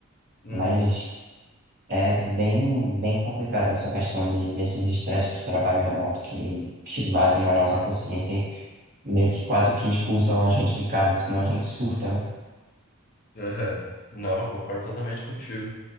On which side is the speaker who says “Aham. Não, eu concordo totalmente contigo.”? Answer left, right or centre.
Left